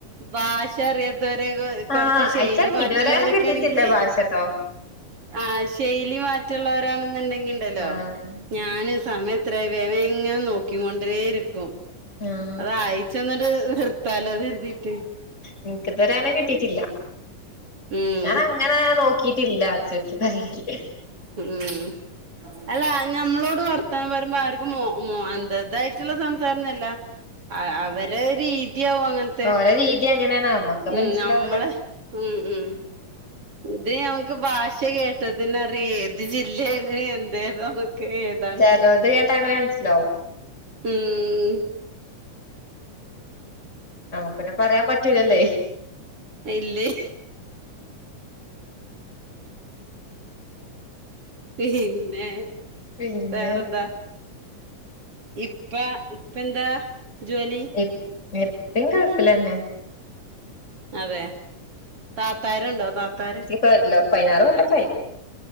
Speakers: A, on the right; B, on the left.
A: ഭാഷ അറിയാത്തവരെക്കെ കൊറച്ച്
B: ആഹ്
A: ശൈലി
B: അയിച്ചാ
A: മാറ്റ്
B: ഇതുവരെ
A: മറ്റുള്ളവരൊക്കെ
B: അങ്ങനെ കിട്ടിയിട്ടില്ല
A: ആണെങ്കിലേ
B: ഭാഷട്ടോ
A: ആഹ് ശൈലി മാറ്റള്ളവരാണെന്നുണ്ടെങ്കില്ണ്ടല്ലോ
B: ആഹ്
A: ഞാന് സമയ എത്രയായി വേം വേം ഇങ്ങെനെ നോക്കിക്കൊണ്ടരെ ഇരിക്കും
B: ആഹ്
A: അത് ആയച്ചന്നിട്ട് നിർത്താലോന്ന് കരുതീട്ട്
B: ഇനിക്ക് ഇതുവരെ അങ്ങനെ കിട്ടീട്ടില്ലാ
A: ഉം
B: ഞാനങ്ങ് അങ്ങനെ നോക്കിയിറ്റില്ലാ ശരിക്ക് <unintelligible>
A: ഉം ഉം അല്ല ഞമ്മളോട് വർത്താനം പറമ്പോ ആര്ക്കും മോ മോ എന്താ ഇതായിട്ടുള്ള സംസാരൊന്നും അല്ല അഹ് അവരെ രീതിയാവും അങ്ങൻത്
B: ഓലെ രീതി അങ്ങനെയാണ് നമ്മക്ക്
A: ഉം
B: മനസ്സിലാവൂല
A: നമ്മള് ഉം ഉം ഇത് ഞമ്മക്ക് ഭാഷ കേട്ടാ തന്നെ അറിയേ ഏത് ജില്ലേണ് എന്ത് ഇത് ഏതാന്നൊക്കെ ഏതാന്ന്
B: ചെലോലത് കേട്ടാങ്ങനെ മനസിലാകും
A: ഉം
B: നമുക്ക് പിന്നെ പറയാൻ പറ്റൂലല്ലേ
A: ഇല്ലേ പിന്നെ
B: പിന്നെ
A: വേറെന്താ ഇപ്പ ഇപ്പന്താ ജോലി
B: ഇ ഇപ്പി ഗൾഫിലെന്നെ
A: അതെ താത്താരുണ്ടോ താത്താര്
B: പല്ലോ പൈനാറ് കൊല്ലൊക്കായി.